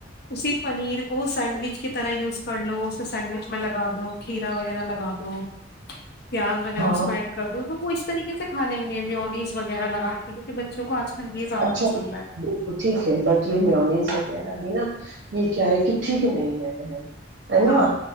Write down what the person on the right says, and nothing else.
ہاں
اچھا
ٹھیک ہے بق یہ میونیز وغیرہ بھی نا یہ کیا ہے کہ ٹھیک نہیں ہے ہے
نا